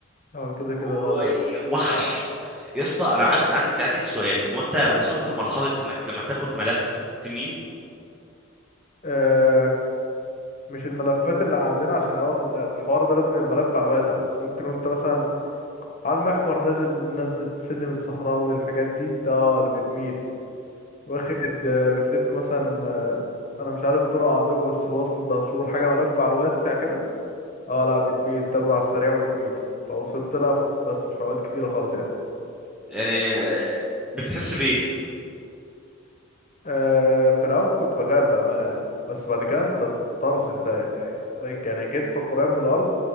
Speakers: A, on the left; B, in the centre.
A: هو كده كده
B: وي-
A: لا لا
B: وحش
A: صعب
B: يا اسطى انا عايز عندي عندك سؤال هو انت وصلت لمرحله انك لما تاخد ملف تميل
A: آه، مش الملفات اللي عندنا عشان هو ال- الحوار ده لازم يبقى ملف على الواسع بس ممكن وانت مثلا على المحور نازل نزلة سلم الصحراوي الحاجات دي ت- اه اللي بتميل واخد آه، بتلف مثلا آه، انا مش عارف طرق عندكم بس وصل الدهشور حاجة ملف على الواسع كده اه لا بتميل بتاخده على السريع وتميل فوصلت لها في- بس مش في اوقات كتيرة خالص يعني
B: يعني آه، بتحس بايه
A: آه، في الاول كنت بخاف بامانه يعني بس بعد كده انت طرس انت يعني يعني كتفك قريب من الارض